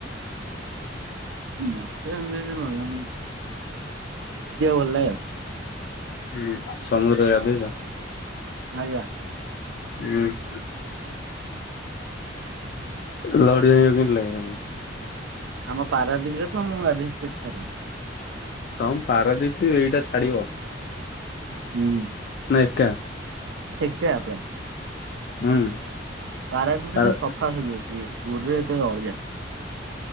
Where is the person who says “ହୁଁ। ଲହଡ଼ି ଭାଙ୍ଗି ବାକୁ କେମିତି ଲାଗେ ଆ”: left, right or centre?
Left